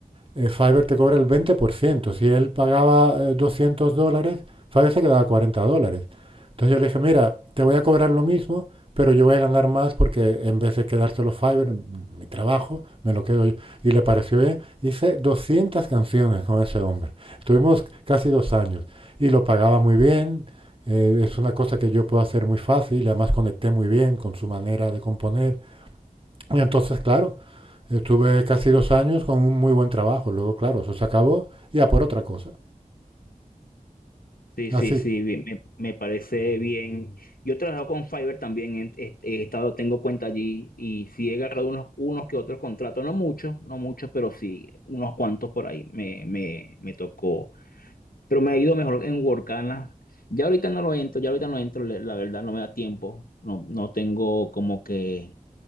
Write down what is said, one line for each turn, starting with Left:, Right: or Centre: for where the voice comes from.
Right: eh, Fiverr te cobra el 20%. Si él pagaba eh, 200 dólares, Fiverr se quedaba 40 dólares. Entonces yo le dije, mira, te voy a cobrar lo mismo, pero yo voy a ganar más porque en vez de quedárselo Fiverr, mi trabajo, me lo quedo yo. Y le pareció bien. Hice 200 canciones con ese hombre. Estuvimos casi dos años y lo pagaba muy bien. eh, es una cosa que yo puedo hacer muy fácil, además conecté muy bien con su manera de componer. Y entonces, claro, Estuve casi dos años con un muy buen trabajo. Luego, claro, eso se acabó y a por otra cosa.
Left: Sí,
Right: Así.
Left: sí, sí, bien, me, me parece bien. Yo trabajo con Fiverr también, en- he, he estado, tengo cuenta allí y sí he agarrado unos, unos que otros contratos, no muchos, no muchos, pero sí, unos cuantos por ahí me, me, me tocó. Pero me ha ido mejor en Workana. Ya ahorita no lo entro, ya ahorita no entro, le- la verdad no me da tiempo, no, no tengo como que